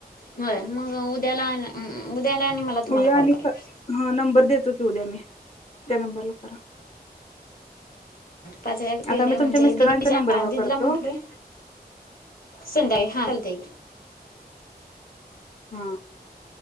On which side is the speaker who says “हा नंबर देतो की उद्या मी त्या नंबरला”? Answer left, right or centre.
Left